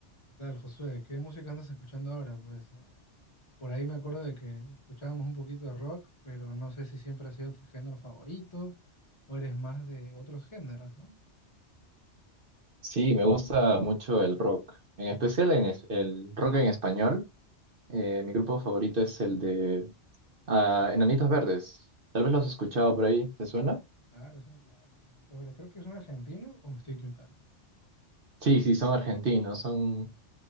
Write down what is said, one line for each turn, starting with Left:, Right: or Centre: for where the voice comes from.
Left: ¿Qué tal, Josué? ¿Qué música andas escuchando ahora? Pues eh, por ahí me acuerdo de que escuchábamos un poquito de rock, pero no sé si siempre ha sido tu género favorito o eres más de otros géneros, ¿no?
Right: Sí, me gusta mucho el rock, en especial en es- el rock en español. Eh, mi grupo favorito es el de ah, Enanitos Verdes. Tal vez los has escuchado por ahí, ¿te suena?
Left: Claro, son clásicos. bonitos, pero Creo que son argentinos o me estoy equivocando.
Right: Sí, sí, son argentinos, son...